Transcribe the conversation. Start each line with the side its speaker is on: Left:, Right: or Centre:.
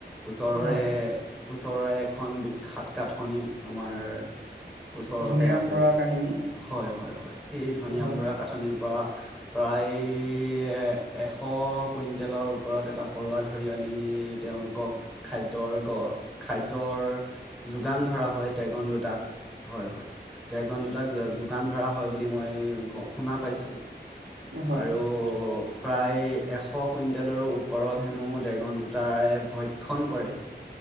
Centre: ওচৰৰে,
Right: হয়।
Centre: ওচৰৰে এখন বিখ্যাত কাথনি আমাৰ। ওচৰতে
Right: ধনীৰাম
Centre: আছে।
Right: বৰাৰ কাহিনী,
Centre: হয় হয় হয়, সেই ধনীয়াম
Right: হয়,
Centre: বুঢ়া কাঠনিৰ পৰা। প্ৰায় এশ কুইণ্টেলৰ ওপৰত এটা পৰুৱা ধৰি আনি তেওঁলোকক খাদ্যৰ গ খাদ্যৰ যোগান ধৰা হয় ড্ৰেগন দুটাক। হয় হয়। ড্ৰেগন দুটা তাক যোগান ধৰা হয় বুলি মই গ শুনা পাইছোঁ।
Right: হয়,
Centre: আৰু প্ৰায় এশ কুইণ্টেলৰো ওপৰত হেনো ড্ৰেগন দুটায়ে ভক্ষণ কৰে।